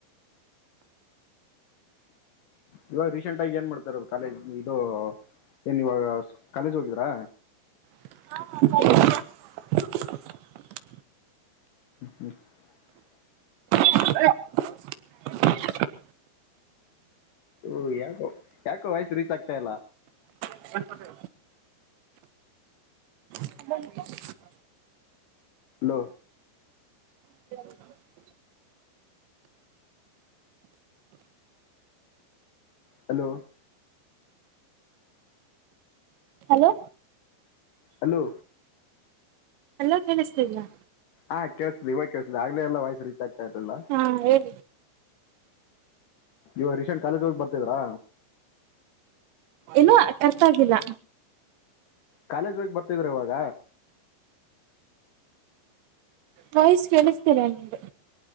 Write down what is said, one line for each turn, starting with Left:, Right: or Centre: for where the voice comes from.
Left: ಇವಾಗ ರೀಸೆಂಟ್ ಆಗಿ ಏನ್ ಮಾಡ್ತಾರೋದು ಕಾಲೇಜ್ ಇದು ಏನ್ ಇವಾಗ ಕಾಲೇಜ್ ಹೋಗಿದ್ರಾ
Right: <inaudible>
Left: <inaudible>
Right: <inaudible>
Left: ಓ ಯಾಕೋ ಯಾಕೋ ವಾಯ್ಸ್ ರೀಚ್ ಆಗ್ತಾ ಇಲ್ಲ
Right: <unintelligible> <unintelligible>
Left: ಲೋ
Right: <unintelligible>
Left: ಹಲೋ
Right: ಹಲೋ
Left: ಅಲೋ
Right: ಎಲ್ಲ ಕೇಳಿಸ್ತಿದಿಯಾ
Left: ಹಾ ಕೇಸ್ತ್ವ ಕೇಳ್ತ್ ಆಗ್ಲೇಲ್ಲ ವಾಯ್ಸ್ ರೀಚ್ ಆಗ್ತಾ ಇರ್ಲಿಲ್ಲ
Right: ಹಾಂ ಹೇಳಿ
Left: ಇವಾಗ ರಿಸೆಂಟ್ ಕಾಲೇಜ ಹೋಗಿ ಬರ್ತಿದ್ರಾ
Right: ಏನು ಅರ್ತ ಆಗಿಲ್ಲ
Left: ಕಾಲೇಜ್ ಹೋಗಿ ಬರ್ತಿದ್ರ ಇವಾಗ
Right: ವಾಯ್ಸ್ ಕೇಸ್ತಿದೆ ನಂಗೆ